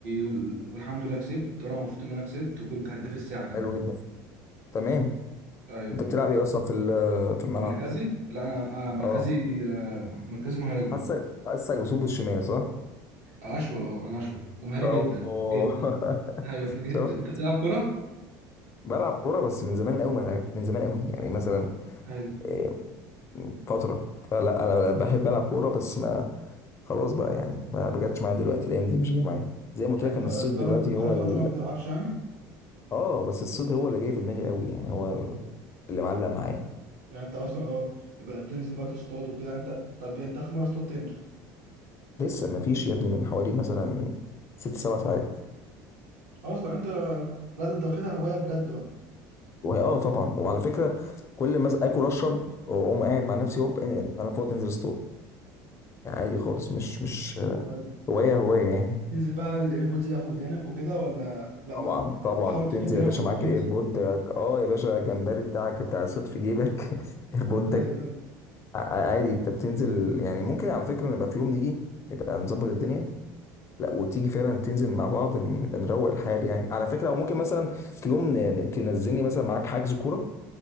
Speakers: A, on the right; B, on the left.
A: وال- والحمد لله كسبت وانا مبسوط ان انا كسبت وكنت هداف الساعه كمان
B: حلو جدا تمام
A: ايوه
B: انت بتلعب ايه اصلا في ال- في الملعب
A: مركزي لا انا آه مركزي
B: اه
A: آه مركزي مهاجم
B: حاسك حاسك بصوب بالشمال صح
A: آه اشول اه انا اشول ومهاري
B: اه
A: جدا جدا
B: <laughs>
A: ايوه جدا انت
B: شفت
A: بتلعب كوره
B: بلعب كوره بس من زمان قوي ما لعبت من زمان قوي يعني مثلا
A: ايوه
B: إيه، فتره فلا انا بحب العب كوره بس ما خلاص بقى يعني ما بجاتش معايا
A: <laughs>
B: دلوقتي الايام دي مش جايه معايا زي ما قلت
A: يعني
B: لك
A: انت
B: ان
A: بقى-
B: الصيد
A: بقى-
B: دلوقتي
A: بقالك
B: هو
A: فتره
B: ال...
A: ما بتلعبش يعني
B: اه بس الصيد هو اللي جاي في دماغي قوي يعني هو ال- اللي معلق معايا
A: يعني انت اصلا اه بقى بتنزل بقى تصطاد وكده انت طب يعني انت اخر مره اصطدت امتى
B: لسه ما فيش يا ابني من حوالي مثلا ست سبع ساعات
A: اصلا انت لازم تاخدها هوايه بجد بقى
B: وهي اه طبعا وعلى فكره كل ما اكل اشرب واقوم قاعد مع نفسي هوب إيه، انا فاضي انزل اصطاد يعني عادي خالص مش مش
A: أيوة.
B: هوايه هوايه يعني
A: تنزل بقى الايربودز بقى في ودانك وكده ولا لا
B: طبعا
A: ما
B: طبعا
A: بتحاول تفضي
B: تنزل يا
A: نفسك
B: باشا معاك
A: خالص
B: الايربود اه يا باشا جمبري بتاعك بتاع الصيد في جيبك <laughs> ايربودك
A: ايوه ايوه
B: ع- عادي انت بتنزل يعني ممكن على فكره نبقى في يوم نيجي نبقى نظبط الدنيا لا وتيجي فعلا تنزل مع بعض نبقى نروق الحال يعني على فكره او ممكن مثلا في يوم ن- تنزلني مثلا معاك حجز كوره